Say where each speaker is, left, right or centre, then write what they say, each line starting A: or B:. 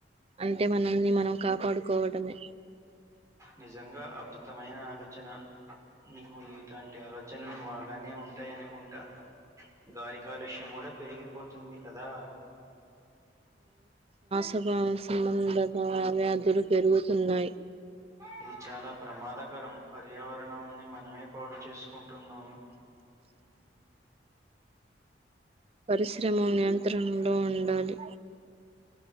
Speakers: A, on the right; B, on the right.
A: అంటే మనల్ని మనం కాపాడుకోవటమే
B: నిజంగా అద్భుతమైన ఆలోచన నీకు ఇట్లాంటి ఆలో చనలు బాగానే ఉంటాయి అనుకుంటా గాలి కాలుష్యం కూడా పెరిగిపోతుంది కదా
A: ప్రభావ సంబంధ వా వ్యాధులు పెరుగుతున్నాయి
B: ఇది చాలా ప్రమాదకరం పర్యావరణంన్ని మనమే పాడు చేసుకుంటున్నాము
A: పరిశ్రమ నియంత్రణలో ఉండాలి